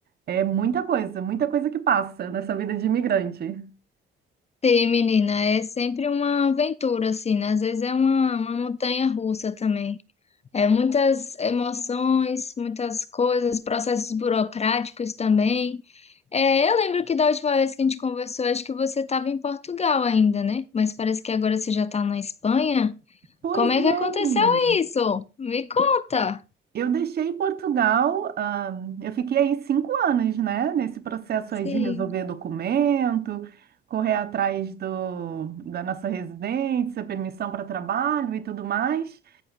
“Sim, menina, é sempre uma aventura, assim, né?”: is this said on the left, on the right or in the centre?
Left